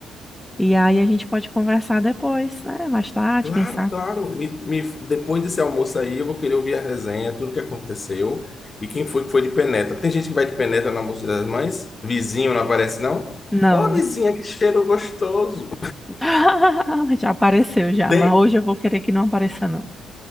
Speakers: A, in the centre; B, on the left (about 30°).
A: E aí a gente pode conversar depois, né? Mais tarde,
B: Claro,
A: quem sabe?
B: claro. Me- me- depois desse almoço aí, eu vou querer ouvir a resenha, tudo que aconteceu e quem foi que foi de penetra. Tem gente que vai de penetra no almoço das mães? Vizinho não aparece, não?
A: Não.
B: Ô, vizinha, que cheiro gostoso!
A: <laughs> Já apareceu já,
B: Tem!
A: mas hoje eu vou querer que não apareça, não.